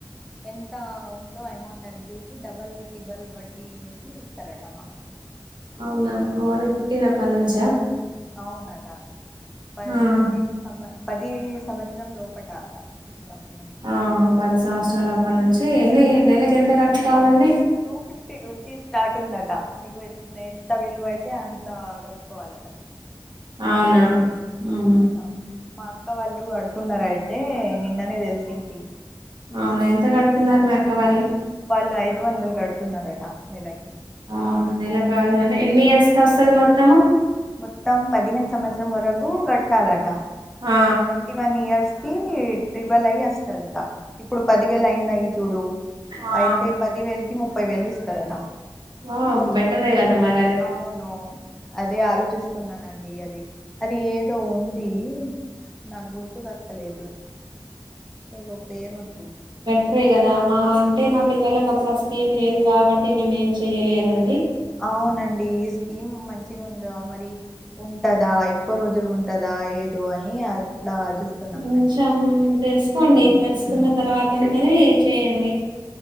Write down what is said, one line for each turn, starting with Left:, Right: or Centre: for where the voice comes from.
Centre: ఎంత ఉందో అమౌంట్ అది చూసి డబల్ ట్రిబల్ వడ్డీ వేసి ఇస్తారట మా
Right: అవునా మార్నింగ్ పుట్టినప్ప నుంచా
Centre: అవునట పదిహేను
Right: ఆహా
Centre: సమ్మ పది సంవత్సరం లోపట అట పుట్టినప్పటి నుంచి
Right: ఆ పది సంవత్సరాల అప్పటి నుంచి ఎన్ని నెలకి ఎంత కట్టుకోవాలండి.
Centre: టూ ఫిఫ్టీ నుంచి స్టార్ట్ ఉందట మీకు ఎంత విలువ అయితే అంత కట్టుకోవాలట
Right: అవునా
Centre: అవునట
Right: ఉహు
Centre: మా అక్క వాళ్ళు కడుతున్నారు అయితే నిన్ననే తెలిసింది
Right: అవున ఎంత కడుతున్నారు మీ అక్క వాళ్ళు
Centre: వాళ్ళు ఐదు వందలు గడుతున్నారట నెలకి
Right: అవునండి నెల కాదు గానీ ఎన్ని ఇయర్స్కిి వస్తది మొత్తము
Centre: మొత్తం పదిహేను సంవత్సరం వరకు కట్టాలట
Right: ఆ
Centre: ట్వంటీ వన్ ఇయర్స్ కి ట్రిబల్ అయి వస్తదట ఇప్పుడు పదివేలు అయినయ్ చూడు
Right: ఆ
Centre: అయితే పది వేలుకి ముప్పై వేలు ఇస్తారట
Right: ఆ బెటరే కదా మర్
Centre: అవును అదే ఆలోచిస్తున్నానండి అది అది ఏదో ఉంది నాకు గుర్తుకస్తలేదు ఏదో పేరు ఉంది
Right: అరే కదా మా అంటే మా పిల్లలలకు అప్పుడు ఆ స్కీమ్ లేదు కాబట్టి మేము ఏం చెయలేదండి
Centre: అవునండి ఈ స్కీమ్ మంచిగా ఉందిగా మరి ఉంటదా ఎక్కువ రోజులు ఉంటదా ఏదో అని అట్లా చూస్తున్నామనండి
Right: కొంచెం తెలుసుకోండి తెలుసుకున్న తర్వాత గానే చేయండి